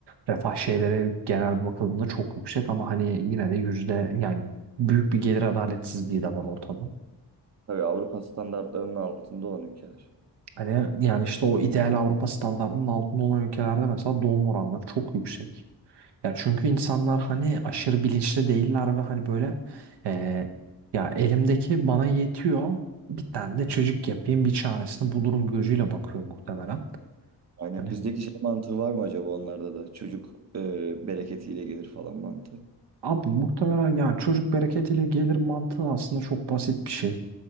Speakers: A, on the right; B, on the right.
A: Refah şeyleri genel bakıldığında çok yüksek ama hani yine de yüzde yani büyük bir gelir adaletsizliği de var ortada.
B: Tabii Avrupa standartlarının altında olan ülkeler.
A: Hani yani işte o ideal Avrupa standardının altında olan ülkelerde mesela doğum oranları çok yüksek. Ya çünkü insanlar hani aşırı bilinçli değiller ve hani böyle eee, ya elimdeki bana yetiyor bir tane de çocuk yapayım bir çaresini bulurum gözüyle bakıyor muhtemelen.
B: Aynen
A: Hani
B: bizdeki şey mantığı var mı acaba onlarda da? Çocuk e, bereketiyle gelir falan mantığı.
A: abi muhtemelen yani çocuk bereketiyle gelir mantığı aslında çok basit bir şey.